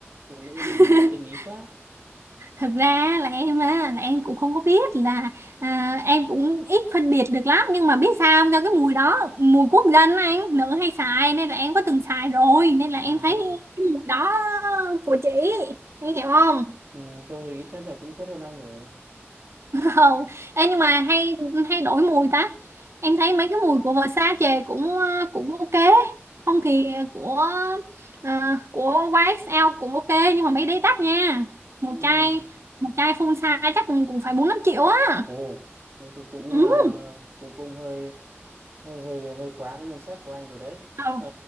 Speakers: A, on the right; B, on the right.
A: phụ nữ
B: <laughs>
A: thì tinh ý quá
B: thật ra là em á là em cũng không có biết là à, em cũng ít phân biệt được lắm nhưng mà biết sao không? do cái mùi đó mùi quốc dân á, anh nữ hay xài nên là em có từng xài rồi nên là
A: à
B: em thấy cái mùi đó của chị em hiểu không
A: ừ, thôi thì ít nhất là cũng biết hơn anh rồi
B: không Ê, nhưng mà hay hay đổi mùi ta em thấy mấy cái mùi của Versace chè cũng ờ, cũng ok không thì của ờ, của YSL cũng ok nhưng mà mấy đấy đắt nha một
A: ừ.
B: chai một chai full size chắc cũng cũng phải bốn năm triệu á
A: ồ thế thì cũng
B: ừ.
A: à, cũng cũng hơi hơi hơi hơi quá cái ngân sách của anh rồi đấy
B: Ờ,
A: Ờ,